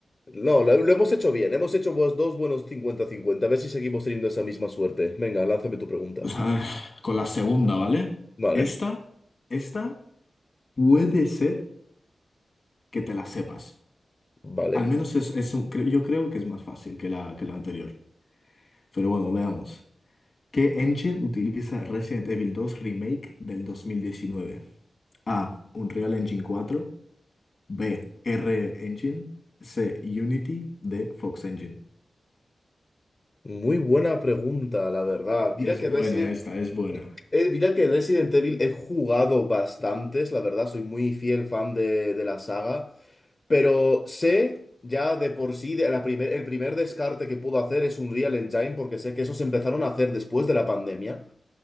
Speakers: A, on the left (about 40°); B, on the left (about 55°).
A: No, lo, lo hemos hecho bien. Hemos hecho pues, dos buenos cincuenta-cincuenta. A ver si seguimos teniendo esa misma suerte. Venga, lánzame tu pregunta.
B: Pues a ver, con la segunda, ¿vale?
A: Vale,
B: Esta, esta puede ser que te la sepas.
A: vale.
B: Al menos es, es un- cre- yo creo que es más fácil que la, que la anterior. Pero bueno, veamos. ¿Qué engine utiliza Resident Evil 2 Remake del 2019? A. Unreal Engine 4. B. R Engine. C. Unity. D. Fox Engine.
A: Muy buena pregunta, la verdad. Mira
B: Es
A: que
B: buena
A: Resident...
B: esta, es buena.
A: eh, mira que Resident Evil he jugado bastantes, la verdad, soy muy fiel fan de, de la saga. Pero sé ya de por sí, de la primer- el primer descarte que puedo hacer es un Real Engine, porque sé que esos empezaron a hacer después de la pandemia,